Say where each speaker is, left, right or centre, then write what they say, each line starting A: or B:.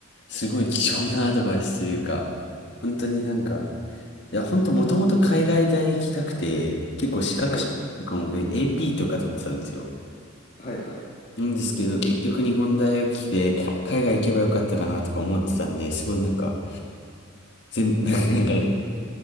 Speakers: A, on the left; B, on the left.
A: すごい貴重なアドバイスというか、本当になんか、いや、本当もともと海外大行きたくて、結構資格とかもべん
B: はいはい。
A: AP とか取ってたんですよ。
B: はいはい。
A: なんですけど、結局日本大学来て、海外行けばよかったかなとか思ってたんで、すごいなんか、全、<laughs> なんか、